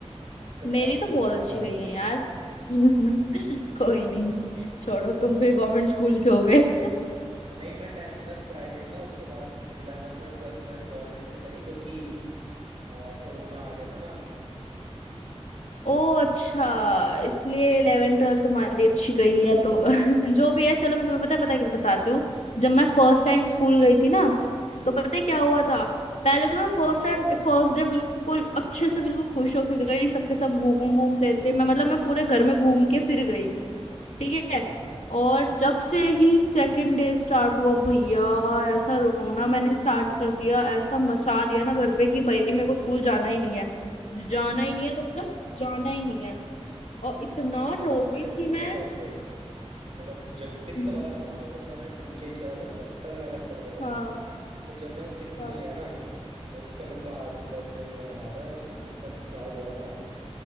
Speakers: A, on the right; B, on the left.
A: उससे पहले
B: मेरी
A: की
B: तो बहुत
A: बहुत
B: अच्छी
A: बेकार
B: गई
A: थी
B: है यार <laughs> कोई नहीं छोड़ो तुम फिर गवर्नमेंट स्कूल के हो गए <laughs>
A: नहीं मैं टेंथ तक प्राइवेट था उसके बाद इलेवेंथ और ट्वेल्थ मैंने गवर्नमेंट से करी क्योंकि अ, कोरोना आ गया था ना
B: ओ अच्छा इसलिए इलेवन ट्वेल्थ तुम्हारी अच्छी गई है तो <laughs> जो भी है चलो मैं तुम्हें पता है पता है क्या बताती हूँ जब मैं फर्स्ट टाइम स्कूल गई थी ना तो पता है क्या हुआ था पहले तो मैं फर्स्ट
A: हम्म,
B: टाइम
A: हाँ
B: फर्स्ट डे बिल्कुल अच्छे से बिल्कुल खुश होके गई सबके सब घूम घूम रहे थे मैं मतलब मैं पूरे घर में घूम के फिर गई
A: अच्छा
B: ठीक है और जब से ही सेकंड डे स्टार्ट हुआ भैया ऐसा रोना मैंने स्टार्ट कर दिया ऐसा मचा दिया ना घर पे कि भाई मेरे को स्कूल जाना ही नहीं है जाना ही नहीं है तो मतलब जाना ही नहीं है और इतना
A: अरे मैं बताता
B: रोती
A: हूँ मेरे
B: थी
A: स्कूल का
B: मैं
A: फर्स्ट डे मतलब जब सिक्स्थ
B: हम्म,
A: वाला बताता हूँ जब मैंने स्कूल चेंज करा था ना फिफ्थ तक मैं अलग पढ़ता
B: हाँ
A: था फिर जब मैं सिक्स्थ
B: हाँ
A: में गया ना तो उसका मेरे को आज भी फर्स्ट डे मेरा याद है उस तब क्या हुआ था